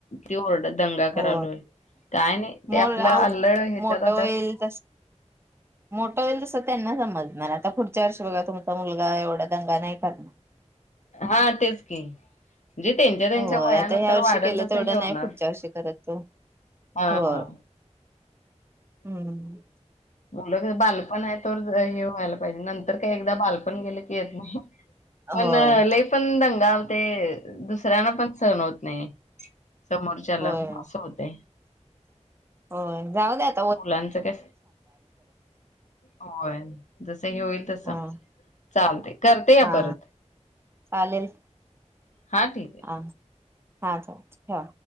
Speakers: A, on the left; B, on the right.
A: ते ओरड दंगा करालोय
B: हो
A: काय नाही ते
B: मोर
A: आपलं
B: आव
A: अल्लळ ह्याच्यात
B: मोठं
A: अस
B: होईल तस मोठं होईल तसं त्यांना समजणार आता पुढच्या वर्षी बघा तुमचा मुलगा एवढा दंगा नाही करणार
A: हा तेच की म्हणजे त्यांच्या त्यांच्या
B: होय
A: वयानुसार
B: आता ह्या वर्षी
A: वाढल
B: केलं
A: तसं
B: तेवढं
A: हे होणार
B: नाही पुढच्या वर्षी करत तो
A: हा
B: होय
A: हा
B: हम्म
A: उलट बालपण आहे तोवर हे व्हायला पाहिजे नंतर काही एकदा बालपण गेले की येत नाही पण
B: होय
A: लई पण दंगा आ ते दुसऱ्यांना पण सहन होत नाही समोरच्याला
B: होय
A: असं होतंय ह
B: होय जाऊदे आ
A: मुलांच काय होय जस हे होईल तस
B: हा
A: चालतय करते घ्या
B: हा
A: परत
B: चालेल
A: हा ठीक आहे
B: हा. हा चालतय ठेवा